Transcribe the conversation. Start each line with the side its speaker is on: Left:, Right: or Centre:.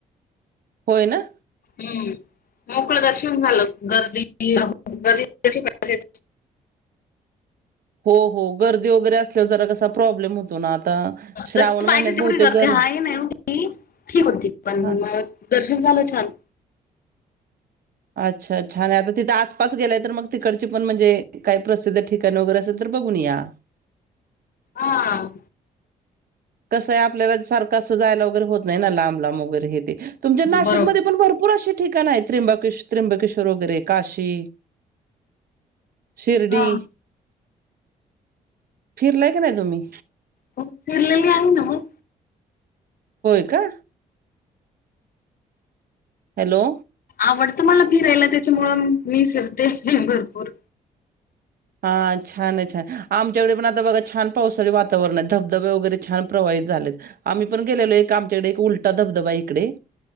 Right: होय ना.
Left: हम्म मोकळ दर्शन झालं गर्दी गर्दी कशी पाहिजे तशी
Right: हो हो गर्दी वगैरे असल्यावर जरा कसा प्रॉब्लेम होतो ना आता श्रावण
Left: जशी पाहिजे
Right: महिन्यात
Left: तेवढी
Right: बहुतेक
Left: गर्दी
Right: गर
Left: हाय नाही ओ. <unintelligible> ठीक होती पण
Right: हा
Left: मग दर्शन झालं छान.
Right: अच्छा छान हाय आणि आता तिथे आसपास गेलाय तर मग तिकडची पण म्हणजे काही प्रसिद्ध ठिकाण वगैरे असेल तर बघून या.
Left: हां.
Right: कसं आहे आपल्याला सारखं असं जायला वगैरे होत नाही ना लांब लांब वगैरे हे ते. तुमच्या नाशिकमध्ये
Left: बरोबर
Right: पण भरपूर अशी ठिकाण आहेत. त्रंबकेश् त्रंबकेश्वर वगैरे काशी, शिर्डी.
Left: हा
Right: फिरलाय काय नाही तुम्ही?
Left: ओ फिरले <unintelligible>
Right: होय का. हॅलो!
Left: आवडतं मला फिरायला त्याच्यामुळं मी फिरते भरपूर.
Right: हा छान आहे छान आमच्याकडे पण आता बघा छान पावसाळी वातावरण आहे. धबधबे वगैरे छान प्रवाहित झालेत. आम्ही पण गेलेलो एक आमच्याकडे एक उलटा धबधबा इकडे